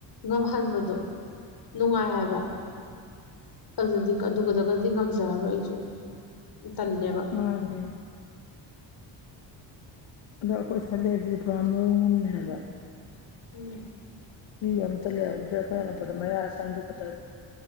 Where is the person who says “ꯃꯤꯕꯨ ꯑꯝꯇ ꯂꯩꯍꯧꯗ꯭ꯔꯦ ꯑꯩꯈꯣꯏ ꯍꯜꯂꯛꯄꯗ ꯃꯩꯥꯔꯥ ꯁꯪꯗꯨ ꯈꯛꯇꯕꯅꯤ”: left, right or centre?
Left